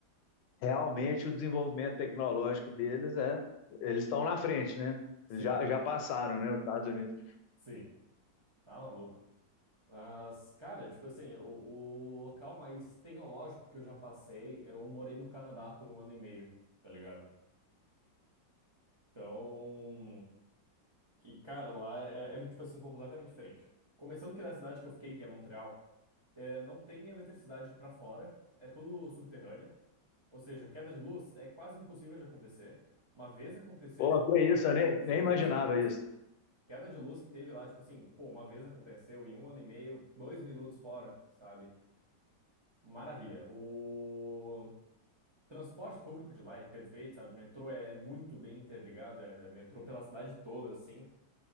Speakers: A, on the left; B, on the right.
A: realmente o desenvolvimento tecnológico deles é. Eles estão na frente, né?
B: sim,
A: Eles já, já passaram, né? Os Estados Unidos.
B: sim, tá maluco. Mas, cara, tipo assim, o, o local mais tecnológico que eu já passei, eu morei no Canadá por um ano e meio, tá ligado? Então. E, cara, lá é, é, é tipo assim, completamente diferente. Começando que na cidade que eu fiquei, que é Montreal, é, não tem eletricidade pra fora, é tudo subterrâneo. Ou seja, queda de luz é quase impossível de acontecer. Uma vez aconteceu,
A: Pô,
B: ficou
A: que
B: por
A: isso, eu nem,
B: uns
A: nem
B: dois
A: imaginava
B: minutos.
A: isso.
B: Queda de luz que teve lá, tipo assim, pô, uma vez aconteceu em um ano e meio, dois minutos fora, sabe? Maravilha. O transporte público de lá é perfeito, sabe? Metrô é muito bem interligado, é é metrô pela cidade toda, assim.